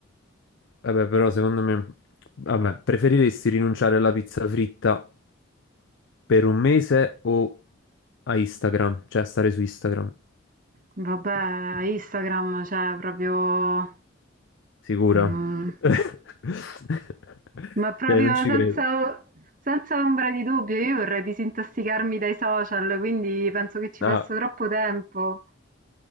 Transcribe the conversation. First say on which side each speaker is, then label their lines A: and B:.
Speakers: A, on the left (about 60°); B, on the right (about 40°).
A: vabbè, però secondo me, vabbè, preferiresti rinunciare alla pizza fritta per un mese o a Instagram? Cioè a stare su Instagram?
B: Vabbè, Instagram, cioè proprio...
A: Sicura?
B: Mhmm,
A: <laughs>
B: ma proprio
A: Cioè, non ci
B: senza
A: credo.
B: senza ombra di dubbio, io vorrei disintossicarmi dai social, quindi penso che ci
A: Ah,
B: passo troppo tempo.